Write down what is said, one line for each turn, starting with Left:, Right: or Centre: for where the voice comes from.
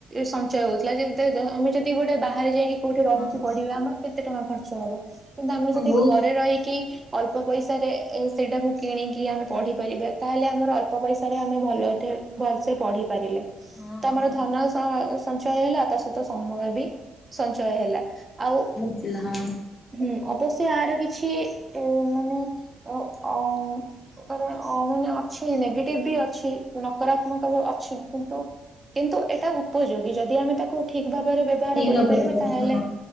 Right: ସଞ୍ଚୟ ହଉଥିଲା <unintelligible> ଆମେ ଯଦି ଗୋଟେ ବାହାରେ ଯାଇକି କୋଉଠି ରହିକି
Left: ହଁ
Right: ପଢିବା ଆମର କେତେ ଟଙ୍କା ଖର୍ଚ୍ଚ ହବ କିନ୍ତୁ ଆମେ
Left: ହଁ
Right: ଯଦି
Left: ବହୁତ
Right: ଘରେ ରହିକି ଅଳ୍ପ ପଇସାରେ ଏ ସେଇଟାକୁ କିଣିକି ଆମେ ପଢ଼ିପାରିବା ତାହେଲେ ଆମର ଅଳ୍ପ ପଇସାରେ ଆମେ ଭଲ ଠେ ଭଲସେ ପଢି ପାରିଲେ ତ
Left: ହଁ ହଁ।
Right: ଆମର ଧନ ସ ସଞ୍ଚୟ ହେଲା ତା ସହିତ ସମୟ ବି ସଞ୍ଚୟ ହେଲା ଆଉ
Left: <unintelligible> ହଁ
Right: ହୁଁ ଅବଶ୍ୟ ଆର କିଛି ମାନେ ଅ <unintelligible> କାରଣ ଅ ମାନେ ଅଛି ନେଗେଟିଭ ବି ଅଛି ନକରାତ୍ମକ ବି ଅଛି କିନ୍ତୁ କିନ୍ତୁ ଏଇଟା ଉପଯୋଗୀ ଯଦି ଆମେ ତାକୁ ଠିକ ଭାବରେ ବ୍ୟବହାର
Left: ଠିକ
Right: କରିପାରିବା।
Left: ଭାବରେ ହଁ
Right: ତାହେଲେ
Left: ହୁଁ